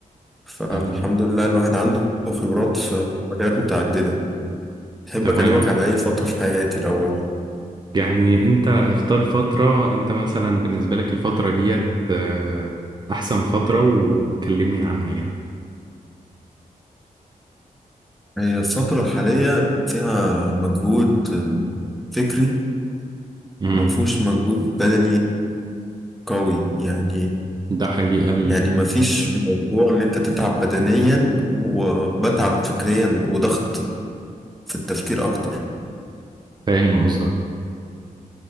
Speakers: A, in the centre; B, on the right.
A: فالحمد
B: تمام
A: لله الواحد عنده خبرات في مجالات متعدده احب
B: تمام
A: اكلمك عن اي فتره في حياتي الاول
B: يعني انت اختار فترة انت مثلا بالنسبة لك الفترة ديت آه، احسن فترة وكلمني عنها يعني
A: هي الفتره الحاليه فيها مجهود فكري
B: امم
A: ومفهوش مجهود بدني قوي يعني
B: ده حقيقة ال-
A: يعني مفيش موضوع ان انت تتعب بدنيا وبتعب فكريا وضغط في التفكير اكتر
B: فاهم قصدك